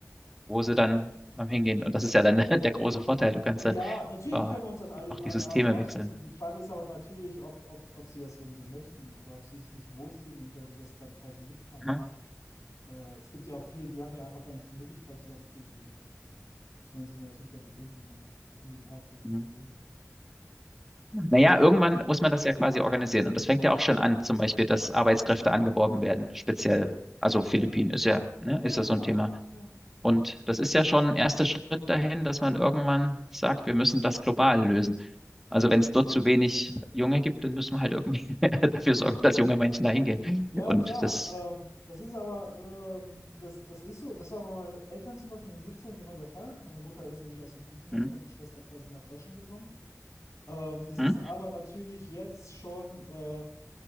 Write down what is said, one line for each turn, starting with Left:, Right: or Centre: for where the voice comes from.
Centre: Wo sie dann ähm, hingehen. Und das ist ja dann <laughs> der große Vorteil. Du kannst
Left: Ja,
Centre: dann
Left: natürlich
Centre: äh,
Left: können wir uns das alle,
Centre: auch
Left: alle,
Centre: die Systeme
Left: alle aussuchen.
Centre: wechseln.
Left: Die Frage ist aber natürlich, ob, ob, ob sie das denn so möchten oder ob sie sich nicht wohlfühlen und dann, das dann quasi mittragen.
Centre: Ja.
Left: Da, es gibt ja auch viele, die haben ja einfach gar nicht die Möglichkeit zu sagen, okay, ich will weg, sondern sind ja natürlich dann gebunden an, an dem Ort, wo sie
Centre: Mhm.
Left: dann leben.
Centre: Naja,
Left: Äh,
Centre: irgendwann muss man das ja quasi organisieren. Und das fängt ja auch schon an, zum Beispiel, dass Arbeitskräfte angeworben werden, speziell. Also
Left: ja,
Centre: Philippinen ist ja, ne,
Left: Ja,
Centre: ist ja
Left: genau.
Centre: so ein Thema.
Left: Ja,
Centre: Und das ist ja schon ein erster Schritt dahin, dass man irgendwann sagt, wir müssen das global lösen. Also wenn es dort zu wenig Junge gibt, dann müssen wir halt irgendwie <laughs> dafür sorgen, dass junge Menschen dahin gehen.
Left: ja
Centre: Und
Left: klar.
Centre: das,
Left: Ähm, das ist aber, ähm, das, das ist so, das war bei meinen Eltern zum Beispiel in den 70ern genau der Fall. Meine Mutter ist nämlich aus den Philippinen als
Centre: hm,
Left: Krankenschwester quasi nach Deutschland gekommen. Ähm, das ist
Centre: hm,
Left: aber natürlich jetzt schon äh, ein